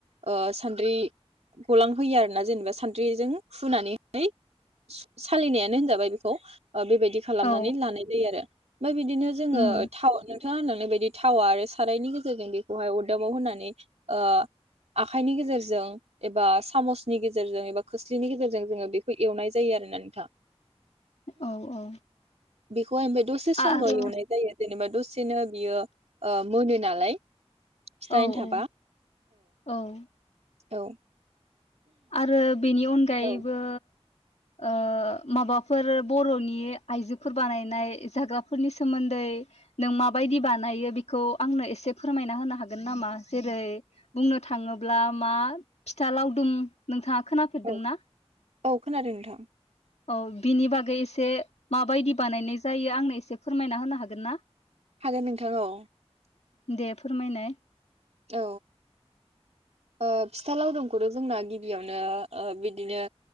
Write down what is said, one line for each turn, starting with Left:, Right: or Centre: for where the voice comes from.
Right: ओ सान्द्रि गलांहोयो आरोना जेनेबा सान्द्रिजों फुनानैहाय सालिनायानो होनजाबाय बेखौ। ओ बेबायदि खालामनानै
Left: औ
Right: लानाय जायो आरो ओमफाय बिदिनो जोङो
Left: उम
Right: <inaudible> नोंथाङा होनलांनाय बायदि थावा आरो सारायनि गेजेरजों बेखौहाय अदाबाव होनानै ओ आखाइनि गेजेरजों एबा सामसनि गेजेरजों एबा खोस्लिनि गेजेरजों जोङो बेखो एवनाय जायो आरोना नोथां।
Left: औ औ
Right: बेखौ ओमफाय दसे <unintelligible>
Left: आरो
Right: एवनाय जायो। जेनेबा दसेनो बियो ओ मोनो नालाय
Left: औ
Right: फिथा एन्थाबा
Left: औ औ।
Right: औ।
Left: आरो बिनि अनगायैबो
Right: औ
Left: ओ माबाफोर बर'नि आइजोफोर बानायनाय जाग्राफोरनि सोमोन्दै नों माबायदि बानायो बिखौ आंनो एसे फोरमायना होनो हागोन नामा? जेरै बुंनो थाङोब्ला मा फिथा लावदुम नोंथा खोनाफेरदों
Right: औ
Left: ना?
Right: औ खोनादों नोंथां।
Left: औ बिनि बागै एसे माबायदि बानायनाय जायो आंनो एसे फोरमायना होनो हागोन ना?
Right: हागोन नोंथां औ।
Left: दे फोरमायनाय।
Right: औ ओ फिथा लावदुमखौथ' जोंना गिबियावनो ओ बिदिनो